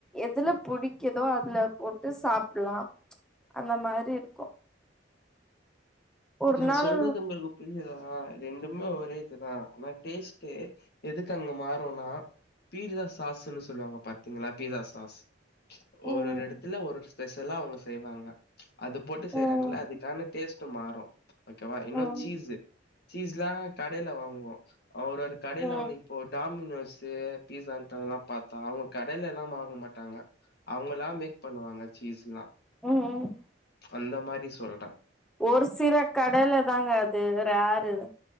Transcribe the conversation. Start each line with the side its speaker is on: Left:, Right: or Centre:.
Centre: எதுல புடிக்குதோ அதுல போட்டு சாப்ட்லா அந்த மாரி இருக்கு ஒரு
Left: நா
Centre: நாள்
Left: சொல்றது உங்களுக்கு புரியுதா ரெண்டுமே ஒரே இதுதா ஆனா டேஸ்ட்டு எதுக்கு அங்க மாறுனா பீட்சா சாஸூன்னு சொல்லுவாங்க பாத்தீங்களா பீட்சா சாஸ்
Centre: ம்
Left: ஒரு ஒரு இடத்துல ஒரு ஸ்பெஷலா அவுங்க செய்வாங்க அது போட்டு செய்றாங்கல
Centre: ம்
Left: அதுக்கான டேஸ்ட் ட்டு மாறும் ஓகேவா இன்னு
Centre: ம்
Left: சீஸ் சீஸ்ல்லா கடையில வாங்குவோ அவர் ஒரு கடையில
Centre: ம்
Left: வந்து
Centre: ம்
Left: இப்போ டாமினோஸு பீட்ஸால்லா பாத்தா அவுங்க கடையில எல்லா வாங்க மாட்டாங்க அவுங்களா மேக் பண்ணுவாங்க சீஸ்ல்லா
Centre: ம் ம்
Left: அந்த மாரி சொல்ற
Centre: ஒரு சில கடையில தாங்க அது ரேரு